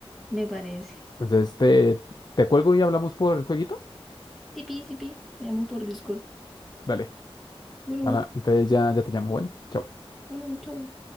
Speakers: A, in the centre; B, on the left.
A: me parece.
B: Entonces te, te cuelgo y hablamos por el jueguito.
A: Sipi, sipi, te llamo por Discord.
B: Dale.
A: Bueno,
B: Ahora, Entonces ya, ya te llamo. Bueno, chao.
A: bueno, chau.